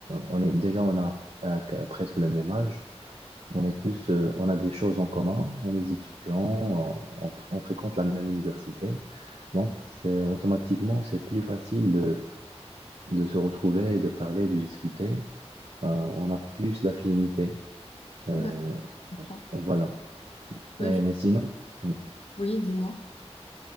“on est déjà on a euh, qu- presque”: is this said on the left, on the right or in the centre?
Right